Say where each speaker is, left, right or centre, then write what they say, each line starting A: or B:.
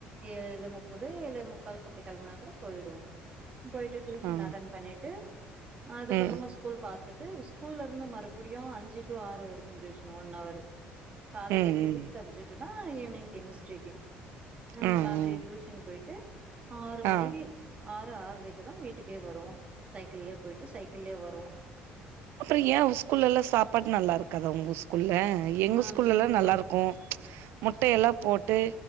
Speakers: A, on the right; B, on the right.
A: ஏழு முப்பது ஏலே முக்கால்க்கு அப்டி கெழம்புனா கூட போய்டு போய்ட்டு டியூஷன்
B: ஆ
A: அட்டன் பண்ணிட்டு அதுக்கப்புறமா
B: ம்
A: ஸ் கூல் பாத்துட்டு ஸ்கூல்ல இருந்து மறுபுடியு அஞ்சு டூ ஆறு வரைக்குன் டியூஷன் ஒன் அவரு காலேயல
B: ம் ம்
A: பிசிக்ஸ் சப்ஜட்டு னா ஈவ்னிங் கெமிஸ்ட்ரிக்கு இந்த
B: ஆ
A: மாதிரி
B: ம்
A: டியூஷன் போய்ட்டு ஆறு
B: ஆ
A: மணிக்கு ஆறு ஆற்ரைக்குதா வீட்டுக்கே வரும் சைக்கிள்ளயே போயிட்டு சைக்கிள்ளயே வரும்
B: அப்புறம் ஏ ஸ்கூல்லல்லா சாப்பாடு நல்லா இருக்காதா உங்க ஸ்கூல்ல எங்க ஸ்கூல்லல்லா
A: ம்
B: நல்லா இருக்கும் முட்ட எல்லாம் போட்டு